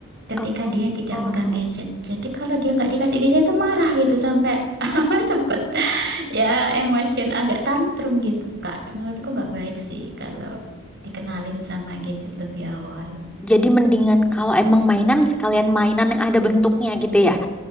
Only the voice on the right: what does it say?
ketika
dia tidak
megang gadget. Jadi kalau dia nggak dikasih gadget itu marah gitu sampai <laughs> sempet ya emosion agak tantrum gitu Kak. Menurutku nggak baik sih kalau dikenalin sama gadget lebih awal.